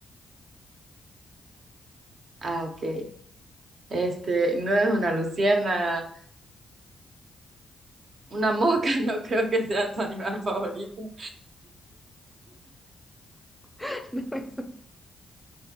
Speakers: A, on the right; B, in the centre.
A: Ah, ok. Este no es una luciérnaga, una mosca, <laughs> no creo que sea tu animal favorito.
B: <laughs> No es.